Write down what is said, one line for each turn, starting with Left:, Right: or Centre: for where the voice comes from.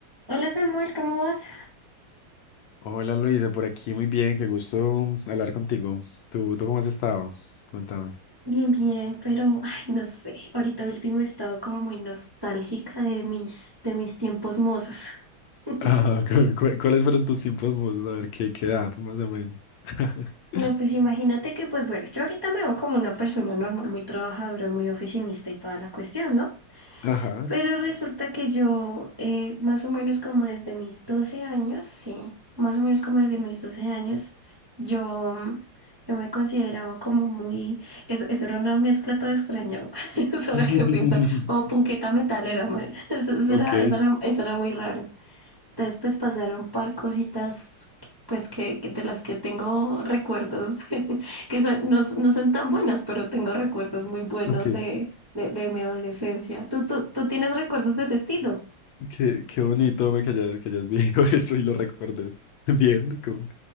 Right: Hola Samuel, ¿cómo vas?
Left: Hola Luisa, por aquí muy bien, qué gusto hablar contigo. ¿Tú, tú cómo has estado? Contame.
Right: Bien, bien, pero ay, no sé, ahorita último he estado como muy nostálgica de mis, de mis tiempos mozos. <laughs>
Left: Ah, <laughs> cu- cu- ¿cuáles fueron tus tiempos mozos? A ver, ¿qué, qué edad, más o menos? <laughs>
Right: No, pues imagínate que, pues bueno, yo ahorita me veo como una persona normal, muy trabajadora, muy oficinista y toda la cuestión, ¿no?
Left: Ajá.
Right: Pero resulta que yo, eh, más o menos como desde mis 12 años, sí, más o menos como desde mis 12 años, yo, yo me consideraba como muy, es- eso era una mezcla toda extraña, <laughs> eso ahora
Left: <laughs>
Right: que pienso, o punqueta metalera, ma- <laughs> eso, eso
Left: Ok,
Right: era, eso era, eso era muy raro. Después pasaron un par cositas, que- pues que, que de las que tengo recuerdos, <laughs> que son- no, s- no son tan buenas, pero tengo recuerdos muy buenos
Left: ok. Ok.
Right: eh, de, de mi adolescencia. ¿Tú, tú, tú tienes recuerdos de ese estilo?
Left: Qué, qué bonito me que hayas, que hayas vivido <laughs> eso y lo recuerdes. Bien, como-